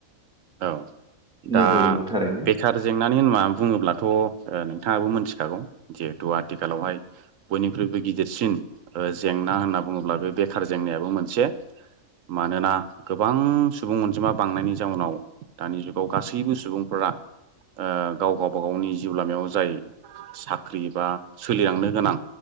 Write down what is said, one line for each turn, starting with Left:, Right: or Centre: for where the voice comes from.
Right: औ - दा
Centre: नंगौ नंगौ थारैनो
Right: - बेखार जेंना होना बुङोब्लाथ' - नोंथाङाबो मोनथिखागौ - जिहेथु आथिखालावहाय - बयनिख्रुबो गि गिदिरसिन - ओ - जेंना होनना बुङोब्ला बे बेखार जेंनायाबो मोनसे मानोना - गोबां सुबुं अनजिमा बांनायनि जाउनाव दानि जुगाव गासैबो सुबुंफोरा ओ - गाव - गावबा गावनि जिउ लामायाव जाय - साख्रि एबा - सोलिलांनो गोनां